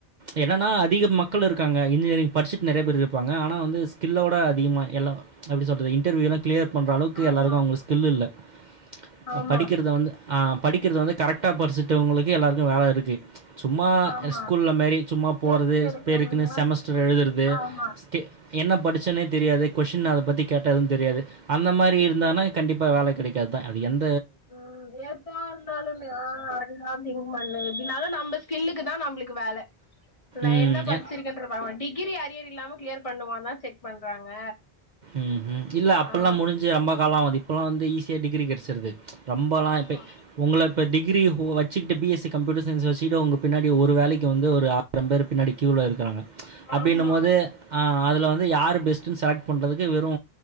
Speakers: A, on the right (about 55°); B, on the left (about 35°).
A: எ என்னனா அதிக மக்கள் இருக்காங்க இன்ஜினியரிங் படிச்சுட்டு நெறையா பேர் இருப்பாங்க. ஆனா வந்து ஸ்கில்லோட அதி்கமா எல்லா எப்டி சொல்றது இன் டர்வியூல்லா கிளியர் பண்ற அளவுக்கு
B: ஆமா
A: எல்லாருக்கு அவங்களுக்கு ஸ்கில் இல்ல.
B: ஆமா
A: அ படிக்கிறது வந்து ஆ படிக்கிறது வந்து கரெக் ட்டா படிச்சிட்டவங்களுக்கு எல்லாருக்கு வேல இருக்கு. சும்மா
B: ஆமா
A: அ ஸ்கூல்ல மாரி சும்மா போறது
B: வேஸ்டுக்கு எடுக்கறவங்களுக்குல்லா
A: பேருக்குன்னு செமஸ்டர்
B: தெரியாது
A: எழுதுறது
B: ஆமா
A: ஸ்கி என்ன படி ச்சன்னே தெரியாது கொஷின் அத பத்தி கே ட்டாலு தெரியாது அந்த மாரி இருந்தான்னா கண்டிப்பாக வேல கெடைக் காதுதா அது எந்
B: ஆ எதா இருந்தாலுமே ஆ அதுதா திங்க் பண்ணே எப்டினாலு நம்ப ஸ்கில்லுக்குதா நம்பளுக்கு வேல நா
A: ம்.
B: என்ன படிச்சிருக்கேன்றத
A: எ
B: பாக்க மாட் டிகிரி அரியர் இல்லாம க்ளியர் பண்ணுவான்தா செக் பண்றாங்க.
A: ம் ஹும் இல்ல அப்பல்லா
B: ஆ
A: முடிஞ்சு ரொம்ப காலோ ஆவுது இப்பல்லா வந் து ஈஸியா டிகிரி கெடைச்சுறது ரொம்பல்லா
B: ஆமா
A: இப்ப உங்கள இப்ப டிகிரி இப்போ வச்சுக்கிட்டு பி எஸ் சி கம்ப்யூட்டர் சயன்ஸ வச்சுக்ட்டு உங்க பின்னாடி ஒரு வேலைக்கு வந்து ஒரு ஆயிரம் பேரு பின்னாடி க்யூல இருக்கறாங்க. அப்டின்னும்
B: ஆமா
A: போது ஆ அதுல வந்து யார் பெஸ்ட்டுன்னு செலக்ட் பண்றதுக்கு வெறு